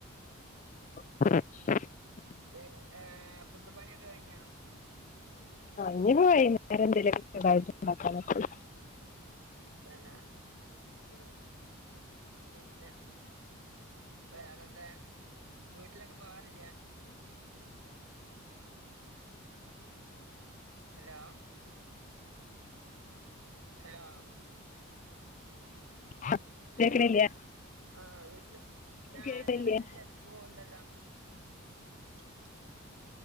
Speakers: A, on the left (about 35°); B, on the right (about 70°).
A: <unintelligible>
B: <unintelligible> ഫുഡ്ടും പണിയൊക്കെ കഴിഞ്ഞാ?
A: ഇനിപ്പോ വൈകുന്നേരം എന്തേ ലൊക്കെണ്ടാക്ക.
B: അതന്നെ ഉ പിന്നെ വേറെന്താ വീട്ടിലൊക്കെ പോവാറില്ല? ഹലോ ഹലോ
A: <inaudible>
B: ഹലോ
A: കേക്കണില്ലേ
B: ആ വീട്ടില് ഞാൻ
A: കേട്ടില്ലേ
B: ഇല്ല റേഞ്ച് എടക്ക് പോവ്ണ്ട്. <unintelligible>